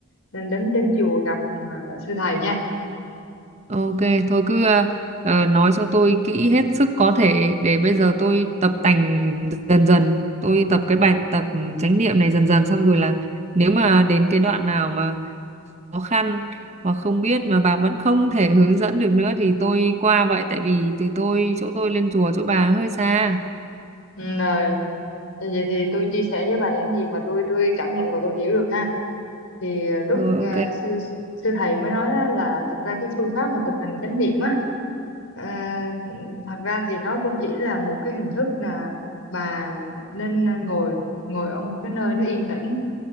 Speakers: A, on the left; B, on the right.
A: à, đến đến chùa gặp à, sư thầy nha
B: ok thôi cứ ờ, ờ, nói cho tôi kỹ hết sức có thể để bây giờ tôi tập tành dần dần tôi tập cái bài tập chánh niệm này dần dần xong rồi là nếu mà đến cái đoạn nào mà khó khăn hoặc không biết mà bà vẫn không thể hướng dẫn được nữa thì tôi qua vậy tại vì từ tôi chỗ tôi lên chùa chỗ bà hơi xa
A: Ừ, rồi vậy thì tôi chia sẻ với bà những gì mà tôi tôi cảm nhận và tôi hiểu được ha thì à, lúc
B: rồi
A: à,
B: ok
A: sư sư thầy mới nói á là thật ra cái phương pháp mà thực hành chánh niệm á à, thật ra thì nó cũng chỉ là một cái hình thức là bà nên à, ngồi ngồi ở một cái nơi nó yên tĩnh